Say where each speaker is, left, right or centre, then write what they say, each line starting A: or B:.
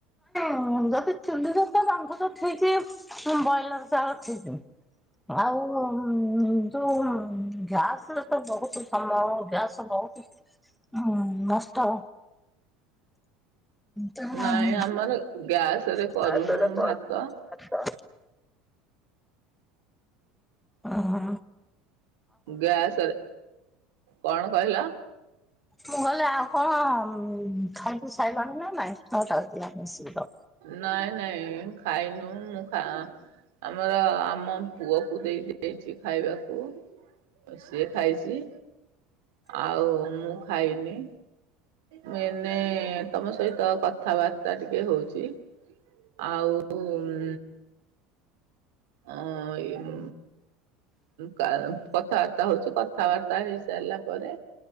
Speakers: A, in the centre; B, on the right.
A: ହୁଁ, ଯଦି ଚୁଲିରେ ତ ରାନ୍ଧୁଛ ଠିକି। ବ୍ରଏଲର ଚାଉଳ ଠିକି। ଆଉ ଉଁ, ଉଁ-ଉଁ ଯୋଉଁ ଗ୍ୟାସ୍ ତ ବହୁତୁ ସମୟ! ଗ୍ୟାସ୍ ବହୁତୁ ହୁଁ, ମସ୍ତ ତେଣୁ-ଉଁ
B: ନାଇଁ ଆମର ଗ୍ୟାସ ରେ
A: ଆଉ,
B: କରୁନୁ
A: ସେଟା କରୁନୁ
B: ଭାତ
A: ଚାଷ! ଅହ।
B: ଗ୍ୟାସ୍ ରେ। କଣ କହିଲ?
A: ମୁଁ ଗଲେ, ଆଉ କଣ ଅମ୍ ଖାଇ ପିଇ ସାଇଲାଣି ନା ନାଇଁ? ନଅ' ଟା ବାଜିଲାଣି ଆସିକି ହ
B: ନାଇଁ, ନାଇଁ ଖାଇନୁ ମୁଁ ଖା ଆମର, ଆମ ପୁଅକୁ ଦେଇ ଦେଇଛି ଖାଇବାକୁ। ସିଏ ଖାଇଛି। ଆଉ, ମୁଁ ଖାଇନି। ମୁଁ ଏନେ, ତମ ସହିତ କଥାବାର୍ତ୍ତା ଟିକେ ହଉଛି। ଆଉ ଉମ୍ ଅ ଇମ୍। କା କଥାବାର୍ତ୍ତା ହଉଛି, କଥାବାର୍ତ୍ତା ହେଇ ସାରିଲା ପରେ